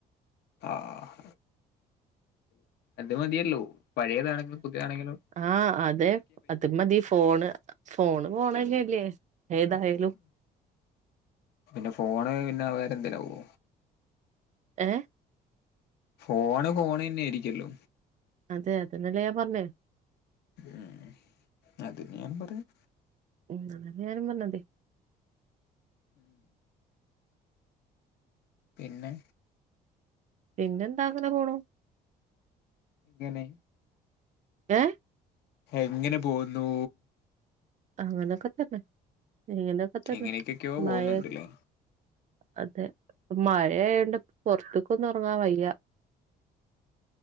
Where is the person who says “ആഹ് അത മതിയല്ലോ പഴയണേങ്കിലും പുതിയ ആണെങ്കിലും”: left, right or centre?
Left